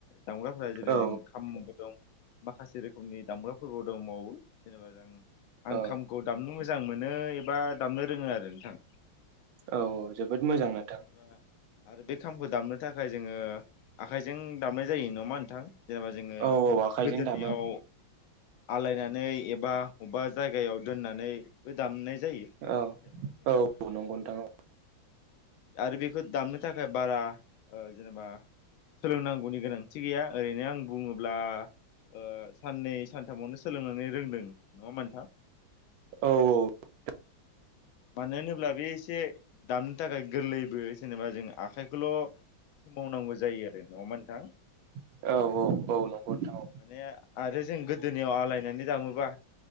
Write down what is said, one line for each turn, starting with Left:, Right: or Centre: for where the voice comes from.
Left: दामग्राफ्रा जेरै
Right: औ
Left: जों खामबो दं माखासे रोखोमनि दामग्राफोरबो दंबावो जेनेबा जों आं
Right: औ
Left: खाम नो मोजां मोनो एबा दामनो रोङो आरो नोंथां
Right: औ औ जोबोद मोजां नोंथां
Left: जेनेबा आरो बे खामखौ दामनो थाखाय जोङो आखाइजों दामनाय जायो ना मा नोंथां जेनेबा जोङो
Right: औ औ आखाइजों
Left: गोदोनियाव
Right: दामो
Left: आलायनानै एबा अब्बा जायगायाव दोननानै बो दामनाय जायो
Right: औ
Left: जेनेबा जोङो
Right: औ नंगौ नोंथां औ
Left: आरो बेखौ दामनो थाखाय बारा ओ जेनेबा सोलोंनांगौनि गोनांथि गैया ओरैनो आं बुङोब्ला ओ साननै सानथामावनो सोलोंनानै रोंदों नङा होमबा नोंथां
Right: औ औ <unintelligible>
Left: मानो होनोब्ला बे एसे दामनो थाखाय गोरलैबो जेनेबा जों आखाइखौल' सोमावनांगौ जायो आरो नङामा नोंथां
Right: औ औ औ नंगौ नोंथां
Left: माने आरो जों गोदोनियाव आलायनानै दामोबा